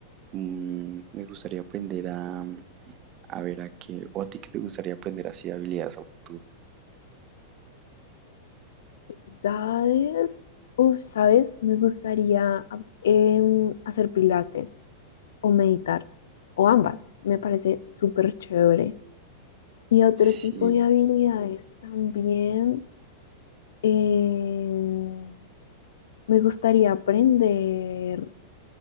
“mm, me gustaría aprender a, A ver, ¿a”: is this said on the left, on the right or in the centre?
Right